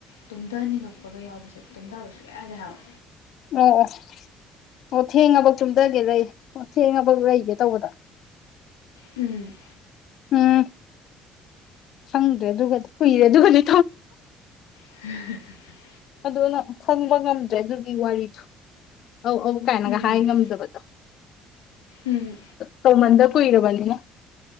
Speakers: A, on the left; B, on the left.
A: ꯇꯨꯝꯊꯅꯤꯡꯉꯛꯄꯒ ꯌꯥꯎꯕꯁꯦ ꯇꯨꯝꯊꯕꯁꯨ ꯌꯥꯌꯥꯔꯦ ꯍꯥꯏꯕꯋ
B: ꯑꯣ ꯑꯣ ꯑꯣ ꯊꯦꯡꯉꯕ ꯆꯨꯝꯊꯒꯦ ꯂꯩ ꯑꯣ ꯊꯦꯡꯉꯕꯧ ꯂꯩꯒꯦ ꯇꯧꯕꯗ
A: ꯎꯝ
B: ꯎꯝ ꯐꯪꯗ꯭ꯔꯦ ꯑꯗꯨꯒꯗꯤ ꯀꯨꯏꯔꯦ ꯑꯗꯨꯒꯗꯤ
A: ꯎ
B: ꯑꯗꯨꯅ ꯈꯪꯕ ꯉꯝꯗ꯭ꯔꯦ ꯑꯗꯨꯒꯤ ꯋꯥꯔꯤꯗꯣ ꯑꯧ ꯑꯧ ꯀꯥꯏꯅꯒ
A: ꯎꯝ
B: ꯍꯥꯏ ꯉꯝꯗꯕꯗꯣ
A: ꯎꯝ
B: ꯇꯧꯃꯟꯗ ꯀꯨꯏꯔꯕꯅꯤꯅ